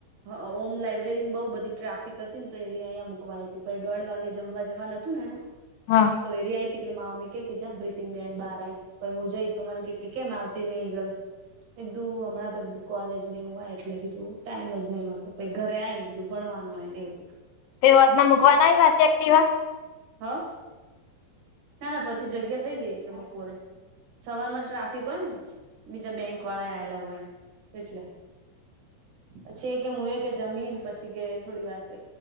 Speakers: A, on the right (about 65°); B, on the left (about 80°).
A: હ ઓમ લાયબ્રેરી બઉ બધી ટ્રાફિક હતી ને તો એરિયા અહીંયા મૂકવાઈ હતી દોઢ વાગે જમવા જવા નથી તું ને
B: હા
A: તો એરી આવી હતી એટલે મામી કે કે જ પ્રીતિન બેહેન બાર આવી પછ હું જઈ તો મને કેમ આવતી નહીલ <inaudible> એકધું હમં તો કીધું કોલેજ ને એવું હોય એટલે કીધું ટાઈમ જ નહી હોતો પ ઘરે આય ને કીધું ભણવાનું હોય ને એવું <inaudible>
B: તો વાતના મૂકવા પાછી એકટીવા
A: હા ના ના પછી જગ્યા થઈ જઈ હશે બપોરે સવાર માં ટ્રાફિક હોય ને બીજા બેંક વાળા આવેલા હોય એટલે પછી એક હું જમીન પછી કે થોડી વાર પ